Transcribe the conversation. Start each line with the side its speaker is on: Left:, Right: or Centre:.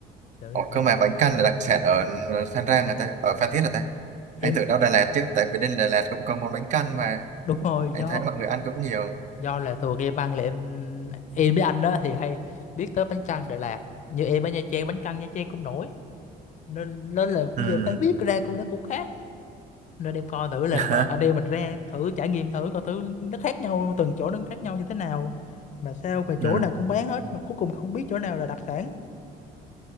Left: để
Right: Ủa,
Left: sao
Right: cơ mà bánh căn là đặc sản ở Phan Rang là ta, ở Phan Thiết là ta. Anh
Left: em
Right: tưởng đâu Đà Lạt chứ, tại vì bên Đà Lạt cũng có món bánh căn mà
Left: đúng rồi
Right: anh
Left: do
Right: thấy mọi người ăn cũng nhiều.
Left: do là thường em ăn là em em với anh đó thì hay biết tới bánh căn Đà Lạt như em ở Nha Trang bánh căn Nha Trang cũng nổi nên nên là
Right: ừ
Left: bây giờ Phan biết ra cũng nó cũng khác nên em coi thử là
Right: <laughs>
Left: mà anh em mình ra thử trải nghiệm thử coi thử nó khác nhau từng chỗ nó khác nhau như thế nào mà sao mà
Right: ừ
Left: chỗ nào cũng bán hết mà cuối cùng không biết chỗ nào là đặc sản